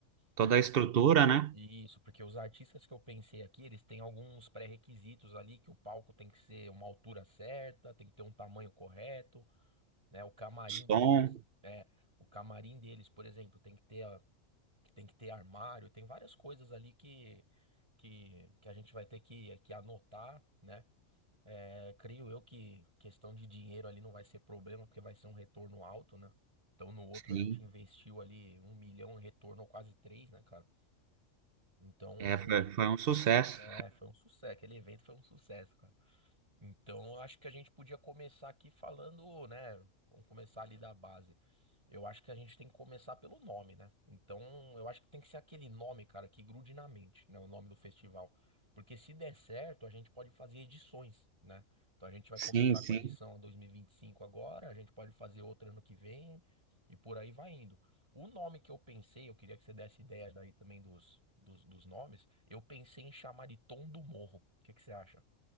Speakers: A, on the right; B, on the right.
A: Toda
B: né? Porque
A: a estrutura, né?
B: isso, porque os artistas que eu pensei aqui, eles têm alguns pré-requisitos ali que o palco tem que ser uma altura certa, tem que ter um tamanho correto, né? O camarim
A: O som,
B: deles, é, o camarim deles, por exemplo, tem que ter que tem que ter armário, tem várias coisas ali que, que, que a gente vai ter que, que anotar, né? É, creio eu que questão de dinheiro ali não vai ser problema, porque vai ser um retorno alto, né? Então no outro
A: sim,
B: a gente investiu ali um milhão e retornou quase três, né, cara? Então,
A: é, foi, foi um sucesso.
B: é, foi um sucesso. Aquele evento foi um sucesso, cara. Então, eu acho que a gente podia começar aqui falando, né? Vamos começar ali da base. Eu acho que a gente tem que começar pelo nome, né? Então, eu acho que tem que ser aquele nome, cara, que grude na mente, né? O nome do festival. Porque se der certo, a gente pode fazer edições, né? Então, a gente vai
A: Sim,
B: começar
A: sim.
B: com a edição 2025 agora, a gente pode fazer outra ano que vem e por aí vai indo. O nome que eu pensei, eu queria que você desse ideia daí também dos, dos, dos nomes, eu pensei em chamar de Tom do Morro. O que que você acha?